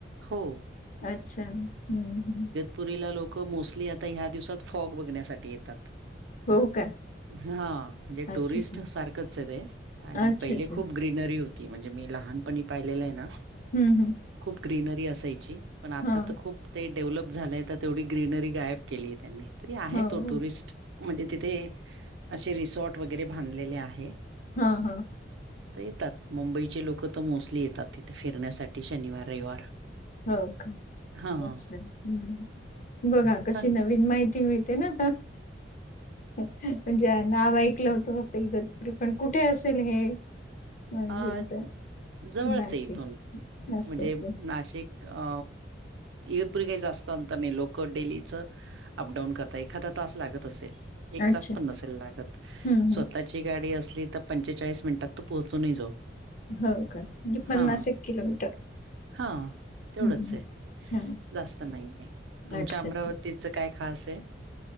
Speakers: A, on the right; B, on the left.
A: हो.
B: अच्छा हम्म हम्म.
A: पुरीला लोक मोस्टली आता ह्या दिवसात फॉग बघण्यासाठी येतात.
B: हो का
A: हा म्हणजे
B: अच्छा
A: टुरिस्ट
B: अच्छा
A: सारखच आहे ते आणि
B: अच्छा
A: पहिले
B: अच्छा
A: खूप ग्रीनरी होती म्हणजे मी लहानपणी पाहिलेलं आहे ना.
B: हम्म हम्.
A: खूप ग्रीनरी असायची पण आता
B: हा
A: तर खूप ते डेव्हलप झालंय तर तेवढी ग्रीनरी गायब केली आहे त्यांनी तरी आहे
B: हो
A: तो टुरिस्ट म्हणजे तिथे असे रिसॉर्ट वगैरे बांधलेले आहे.
B: हा हा.
A: तर येतात मुंबईचे लोक तर मोस्टली येतात तिथे फिरण्यासाठी शनिवार रविवार.
B: हो का.
A: हां.
B: अच्छा हम् बघा कशी
A: चांगलं.
B: नवीन माहिती मिळते ना. म्हणजे नाव ऐकलं होतं फक्त एक. पण कुठे असेल हे. माजत
A: अ जवळच
B: नाशी
A: आहे इथून
B: अस
A: म्हणजे
B: अस.
A: नाशिक अ इगतपुरी काही जास्त अंतर नाही लोक डेलीच. अपडाऊन करता एखादा तास लागत असेल. एक
B: अच्छा
A: तास पण नसेल लागत
B: हम्म हम्म
A: स्वतःची गाडी असली तर पंचेचाळीस मिनिटात तो पोहोच. च नाही जाऊ.
B: हो का म्हणजे पन्नास
A: हा
B: एक किलोमीटर.
A: हा तेवढंच
B: हम्म हम्म.
A: आहे
B: हा
A: जास्त नाही आहे तुमच्या
B: अच्छा
A: अमरावती.
B: अच्छा
A: काय खास आहे.